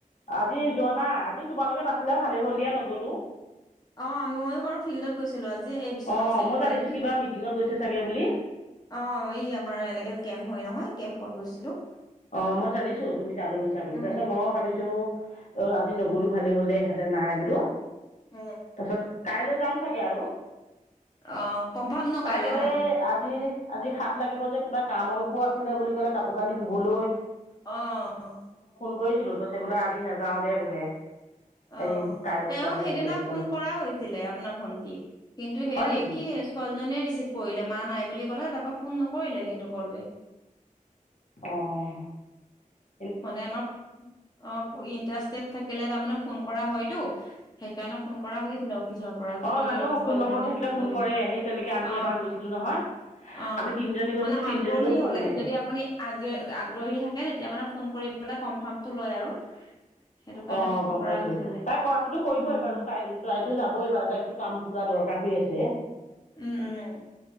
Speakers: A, on the left (about 60°); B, on the left (about 30°).
A: আজি যোৱা নাই। আজি তোমালোকে নাছিলা। ভালে হ'ল দিয়া, নগলোঁ।
B: অ' ময়ো বাৰু ফিল্ডত গৈছিলোঁ আ জি, এই বিশ্বনাথ
A: অ',
B: চাৰিআলিফালে
A: মই জানিছো
B: গৈছিলোঁ।
A: কিবা মিটিঙত গৈছে চাগে বুলি
B: অ' এই আমাৰ এনেকে কেম্প হয় নহয়, কেম্পত গৈছিলোঁ।
A: অ' মই জানিছোঁ, তুমি তালৈ গৈছা বুলি।
B: উম।
A: তাৰপিছত মই ভাবিছোঁ অ' আজি নগলো ভালেই হ'ল দে । ইহঁতে নাই বোলো।
B: উম
A: তাৰ পিছত কাইলৈ যাম চাগে আৰু।
B: অ কনফাৰ্ম ন
A: তাই
B: কাইলৈ
A: ক'লে
B: অহাটো
A: আজি আজি সাত লাগিব যে, কিবা কাম অলপো আছিলে বুলি ক'লে, কাপোৰ কানি ধুবলৈ।
B: অ'।
A: গৈছিলোঁ। কৈছে বোলে আজি নাযাওঁ দে বোলে।
B: অ',
A: হেৰি কাইলৈ
B: তেওঁক
A: ওলাবি
B: সেইদিনা
A: এনেকে বুলি
B: ফোন
A: ক'লে
B: কৰা হৈছিলে, আপোনাৰ ভন্টিক। কিন্তু হেৰি
A: হয় নেকি
B: কি ছোৱালীজনীয়ে ৰিচিভ কৰিলে। মা নাই বুলি কলে। তাৰপৰা ফোন নকৰিলে কিন্তু কলবেক।
A: অ'।
B: মানে আমাৰ অ' ইণ্টাৰেষ্টেড থাকিলে তাৰমানে, ফোন কৰা হয়তো সেইকাৰণে ফোন কৰা হৈছিলে অফিচৰ পৰা । কিন্তু
A: অঁ জানো
B: ইয়- ছোৱালীজনী
A: ফোন নম্বৰটো থাকিলে
B: ৰিচিভ
A: ফোন
B: কৰিলে
A: কৰে
B: ।
A: সেই তেনেকে আমি
B: অ'
A: এবাৰ
B: ।
A: গৈছিলোঁ নহয়?
B: অ'
A: আমি তিনিজনী গৈছিলোঁ
B: মানে আগ্ৰহী
A: তিনিজনীলৈও ফোন
B: হ'লে,
A: কৰিছে
B: যদি আপুনি আগ- আগ্ৰহী থাকে, তেতিয়া মানে ফোন কৰিবলৈ কনফাৰ্মটো লয় আৰু । সেইটো কাৰণে
A: অ'
B: ফোন
A: গম
B: কৰা
A: পাইছোঁ
B: গৈছিলে
A: । তাই কৰাটোতো কৰিবই
B: উম,
A: বাৰু। তাই- তাইতো যাবই বাৰু। তাইতো কাম পুৰা দৰকাৰ হৈ আছ ছে।
B: উম - উম।